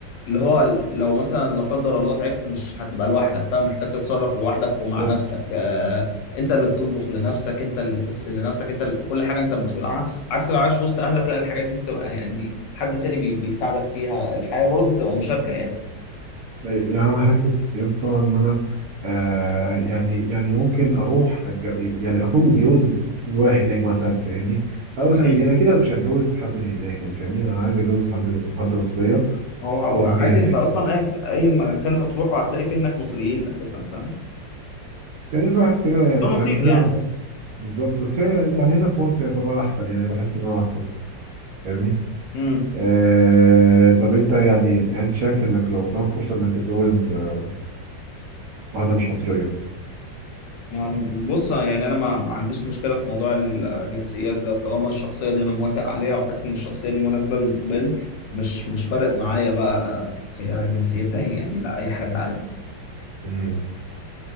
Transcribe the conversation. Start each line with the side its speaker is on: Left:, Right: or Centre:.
Left: اللي هو لو مثلا لا قدر الله تعبت مش هتبقى لوحدك فاهم محتاج تتصرف لوحدك ومع
Right: بالظبط
Left: نفسك آه انت اللي بتطبخ لنفسك انت اللي بتغسل لنفسك انت اللي كل حاجه انت المسؤول عنها عكس لو عايش وسط اهلك لا الحاجات دي بتبقى يعني حد تاني بي بيساعدك فيها الحياه برضه بتبقى مشاركه يعني
Right: يعني انا حاسس يا اسطى ان انا آه يعني يعني ممكن اروح أتج- يعني اكون متجوز رايح هناك مثلا فاهمني او مثلا
Left: مم.
Right: يعني اكيد انا مش هتجوز حد من هناك يعني فاهمني انا عايز اتجوز حد من حد مصريه
Left: هو هو
Right: واروح
Left: عادي
Right: بيها هناك
Left: انت اصلا اي اي مكان هتروحه هتلاقي فيه هناك مصريين اساسا فاهم
Right: بس يعني الواحد كده يعني
Left: بس ده نصيب
Right: يعني من هنا
Left: يعني
Right: ف- بالظبط بس هي يعني هنا في مصر يعتبر احسن يعني بحس ان هو احسن فاهمني
Left: امم
Right: آه طب انت يعني يعني انت شايف انك لو قدامك فرصة انك تتجوز آه، واحدة مش مصرية
Left: أنا- بص يعني انا ما ما عنديش مشكله في موضوع الجنسيات ده طالما الشخصيه دي انا موافق عليها وحاسس ان الشخصيه دي مناسبه بالنسبه لي مش مش فارق معايا بقى هي جنسيتها ايه يعني لا اي حاجه عادي
Right: مم.